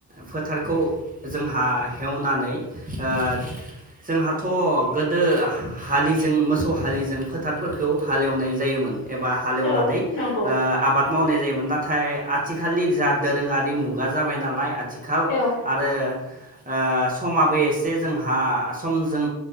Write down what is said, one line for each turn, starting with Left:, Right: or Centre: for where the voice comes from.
Right: फोथारखौ जोंहा हेवनानै ओ जोंहाथ गोदो हालिजों मोसौ हालिजों फोथारफोरखौ हालेवनाय जायोमोन एबा हालेवनानै
Left: औ
Right: ओ
Left: नंगौ
Right: आबाद मावनाय जायो नाथाय आथिखालनि जा दोरोङारि मुगा जाबाय नालाय आथिखाल
Left: औ
Right: आरो ओ समाबो एसे जोंहा समजों